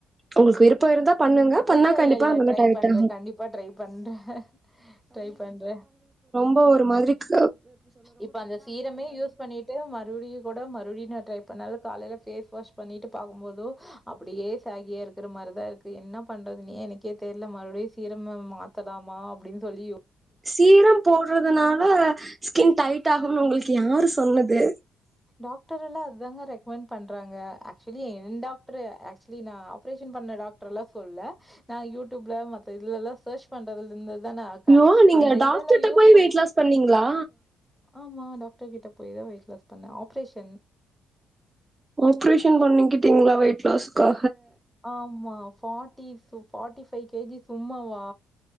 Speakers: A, on the right; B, in the centre.
A: உங்களுக்கு விருப்போ இருந்தா பண்ணுங்க பண்ணா
B: இல்ல
A: கண்டிப்பா
B: இல்ல இல்ல
A: நல்லா
B: ட்ரை
A: டைட்
B: பண்ற
A: ஆகு
B: கண்டிப்பா ட்ரை பண்ற ட்ரை பண்ற
A: அப்போ ஒரு மாதிரிக்கு
B: இப்ப அந்த சீரமே யூஸ் பண்ணிட்டு மறுவுடியு கூட மறுவுடி நா ட்ரை பண்ணாலு காலைல பேஸ் வாஷ் பண்ணிட்டு பாக்கும் போது அப்புடியே சாகியே இருக்குற மாரிதா இருக்கு என்ன பண்றதுனே எனக்கே தெர்ல மறுவுடியு சீரம்ம மாத்தலாமா அப்டின் சொல்லி யோ
A: சீரம் போடுறதுனால ஸ்கின் டைட் ஆகும்னு உங்களுக்கு யாரு சொன்னது
B: டாக்டர் எல்லா அதுதாங்க ரெக்கமெண்ட் பண்றாங்க ஏக்சுவலி என் டாக்டர் ஏக்சுவலி நா ஆப்ரேஷன் பண்ண டாக்டர் எல்லா சொல்ல நா யூடியூப்ல மத்த இதுலல்லா சோர்ச் பண்றதுல இருந்து துதா நா ஆக்க
A: ஐயோ நீங்க
B: அந்த
A: டாக்டர்ட்ட
B: இதெல்லா யூஸ்
A: போய்
B: ப
A: வெயிட் லாஸ் பண்ணீங்களா
B: ஆமா டாக் டாக்டர் கிட்ட போய்தா வெயிட் லாஸ் பண்ண ஆப்ரேஷன்
A: ஆப்ரேஷன் பண்ணிக்கிட்டீங்களா வெயிட் லாஸ்க்கா
B: ஆமா ஃபாட்டி சுப் ஃபாட்டி ஃபை கேஜி சும்மாவா